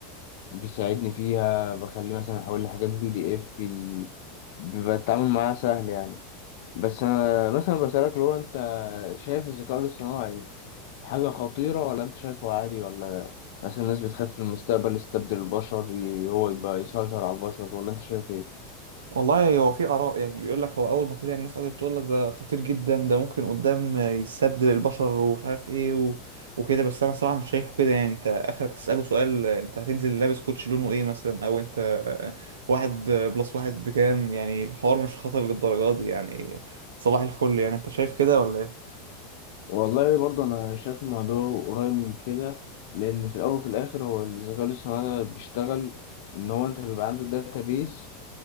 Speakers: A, on the left (about 65°); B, on the right (about 80°).
A: بيساعدني فيها بخليه مثلا أحول لحاجات بي دي إف بيبقى التعامل معاها سهل يعني بس أنا مثلا بسألك لو أنت شايف الذكاء الاصطناعي حاجة خطيرة ولا أنت شايفه عادي ولا مثلا الناس بتخاف في المستقبل يستبدل البشر ي- هو يبقى يسيطر على البشر ولا أنت شايف إيه؟
B: والله هو في آراء يعني بيقول لك هو أول ما طلع الناس قعدت تقول لك ده خطير جدا ده ممكن قدام يستبدل البشر ومش عارف إيه و... وكده بس أنا صراحة مش شايفه كده يعني أنت آخرك تسأله سؤال أنت هتنزل لابس كوتش لونه إيه مثلا أو أنت واحد بلس واحد بكام يعني الحوار مش خطر للدرجة دي يعني صباح الفل يعني أنت شايف كده ولا إيه؟
A: والله برضه أنا شايف الموضوع قريب من كده لأن في الأول وفي الآخر هو الذكاء الاصطناعي ده بيشتغل إن هو أنت بيبقى عنده داتابيز